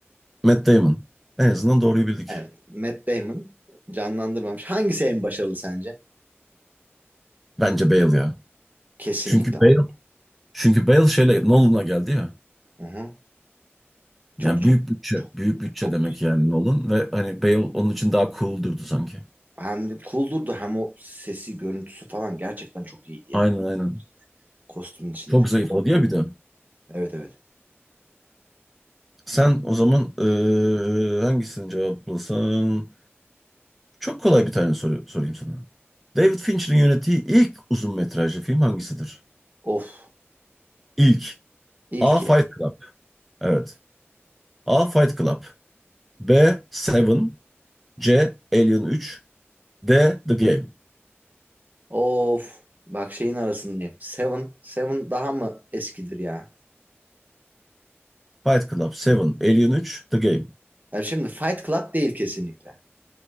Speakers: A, in the centre; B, on the right (about 40°).
A: Matt Damon. En azından doğruyu bildik.
B: Evet. Matt Damon canlandırmamış. Hangisi en başarılı sence?
A: Bence Bale ya.
B: Kesinlikle
A: Çünkü
B: abi.
A: Bale çünkü Bale şeyle Nolan'a geldi ya.
B: Hı-hı. Çok
A: Yani
B: çok
A: büyük bütçe,
B: çok
A: büyük bütçe
B: çok
A: demek yani Nolan ve hani Bale onun için daha cool durdu sanki.
B: hem de cool durdu hem o sesi görüntüsü falan gerçekten çok iyiydi yani.
A: Aynen aynen.
B: Kostümün içinde.
A: Çok zayıfladı
B: Dolgu
A: ya bir
B: da.
A: de.
B: Evet evet.
A: Sen o zaman eee, hangisini cevaplasan? Çok kolay bir tane soru sorayım sana. David Fincher'ın yönettiği ilk uzun metrajlı film hangisidir?
B: Of.
A: İlk.
B: İlki.
A: A. Fight Club. Evet. A. Fight Club. B. Seven. C. Alien 3. D. The Game.
B: Of. Bak şeyin arasındayım. Seven. Seven daha mı eskidir ya?
A: Fight Club, Seven, Alien 3, The Game.
B: Ya şimdi Fight Club değil kesinlikle.